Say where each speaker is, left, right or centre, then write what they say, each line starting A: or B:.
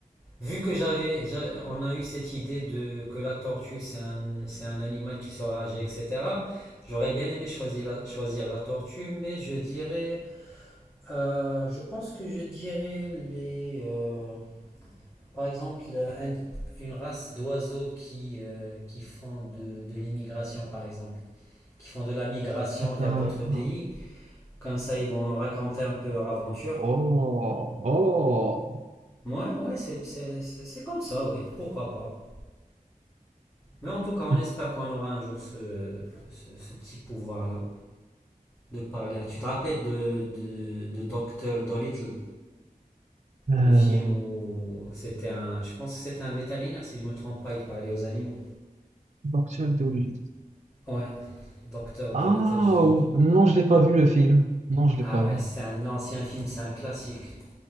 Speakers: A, on the left (about 15°); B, on the right (about 50°).
A: Vu que j'avais, j'a- on a eu cette idée de que la tortue c'est un, c'est un animal qui sera âgé, etc. J'aurais bien aimé choisir la, choisir la tortue, mais je dirais, euh, je pense que je dirais les, euh, par exemple, euh, un- une race d'oiseaux qui, euh, qui font de, de l'immigration, par exemple, qui font de la migration vers
B: D'accord.
A: d'autres pays. Comme ça, ils vont raconter un peu leur aventure.
B: Oh, oh.
A: Ouais, ouais, c'est, c'est, c'est c'est comme ça, ouais. Pourquoi pas? Mais en tout cas, on
B: <laughs>
A: espère qu'on aura un jour ce, ce, ce petit pouvoir-là de parler. Tu te rappelles de, de, de Dr. Dolittle,
B: Euh,
A: le film où c'était un. Je pense que c'était un vétérinaire, si je ne me trompe pas, il parlait aux animaux.
B: Docteur Dolittle.
A: Ouais, docteur Dolittle.
B: Ah,
A: je-
B: ou- non, je l'ai pas vu le film. Non, je l'ai
A: Ah
B: pas
A: ouais,
B: vu.
A: c'est un ancien film, c'est un classique.